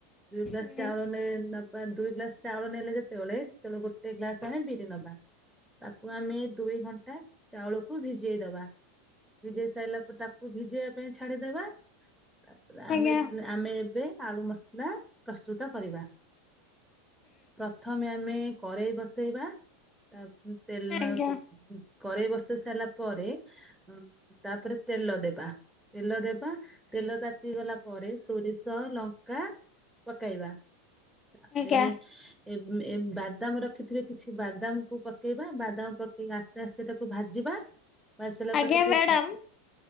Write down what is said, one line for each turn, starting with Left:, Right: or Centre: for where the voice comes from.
Centre: ଦୁଇ ଗ୍ଲାସ
Left: ହୁଁ।
Centre: ଚାଉଳ ନେ ନବା ଦୁଇ ଗ୍ଲାସ ଚାଉଳ ନେଲେ ଯେତେବେଳେ ସେତେବେଳେ ଗୋ ଗୋଟେ ଗ୍ଲାସ ଆମେ ବିରି ନବା ତାକୁ ଆମେ ଦୁଇ ଘଣ୍ଟା ଚାଉଳକୁ ଭିଜେଇଦବା। ଭିଜେଇ ସାରିଲା ପରେ ତାକୁ ଭିଜେଇବା ପାଇଁ ଛାଡିଦବା ତାପରେ
Left: ଆଜ୍ଞା
Centre: ଆମେ ଆମେ ଏବେ ଆଳୁ ମସଲା ପ୍ରସ୍ତୁତ କରିବା। ପ୍ରଥମେ ଆମେ କରେଇ ବସେଇବା। ତା ଉଁ, ତେଲ
Left: ଆଜ୍ଞା
Centre: ଉଁ, କରେଇ ବସେଇ ସାରିଲା ପରେ ହଁ ତାପରେ ତେଲ ଦେବା। ତେଲ ଦେବା, ତେଲ ତାତି ଗଲା ପରେ ସୋରିଷ ଲଙ୍କା ପକେଇବା। ତାପରେ
Left: ଆଜ୍ଞା
Centre: ଏ, ଉଁ, ଏ ବାଦାମ ରଖିଥିବେ କିଛି ବାଦାମ କୁ ପକେଇବା। ବାଦାମ ପ କେଇ ଆସ୍ତେ ଆସ୍ତେ ତାକୁ ଭାଜିବା। ଭାଜି ସାରିଲା
Left: ଆଜ୍ଞା
Centre: ପରେ ଟିକେ
Left: ମ୍ୟାଡ଼ାମ୍